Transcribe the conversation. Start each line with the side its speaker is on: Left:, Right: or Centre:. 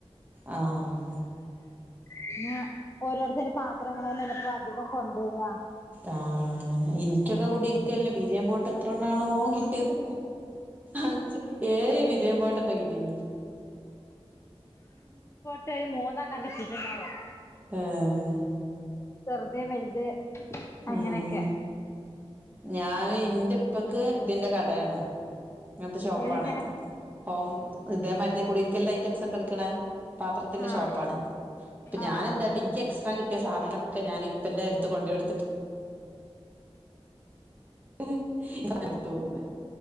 Right: ആഹ്
Left: പിന്നെ ഓരോരുത്തരെ പാത്രങ്ങളെന്നെല്ലെ പ്പോ അധികം കൊണ്ടോവ്അ
Right: ആഹ് അതന്നെ ഇൻക്കൊക്കെ കൂടിയിരിക്കൽന് ബിരിയേൻ പോട്ട് എത്ര എണ്ണാണോ കിട്ടിയത് അഞ്ച് ഏഴ്‌ ബിരിയേം പോട്ടെറ്റെ കിട്ടിനിക്ക്
Left: ക്ക് ഒര് മൂന്നെണ്ണം കിട്ടിട്ട്ണ്ടാവും
Right: ഏഹ്
Left: ചെറുത് വെൽത് അങ്ങനെക്കെ
Right: ആഹ് ഞാന് ഇന്റെ ഇപ്പക്ക് ഇതിന്റെ കടയാണ് ഇങ്ങനത്തെ ഷോപ്പാണ്.
Left: ഏതിന്റെ
Right: ഹോം ഇതേ മാര്ത്തെ കൂടിര്ക്കൽ ഐറ്റംസ് ഒക്കെ ഇട്ക്ക്ണേ പാത്രത്തിന്റെ
Left: ആഹ്
Right: ഷോപ്പാണ് പ്പൊ ഞാനെന്താട്ടി
Left: ആഹ്
Right: ൻക്ക് എക്സ് ച്ച് ആ കിട്ടിയ സാധനൊക്കെ ഞാന് പ്പന്റെ അടുത്ത് കൊണ്ടോയോട്ത്തിട്ട് <unintelligible> എടുത്ത് പോകുന്നെ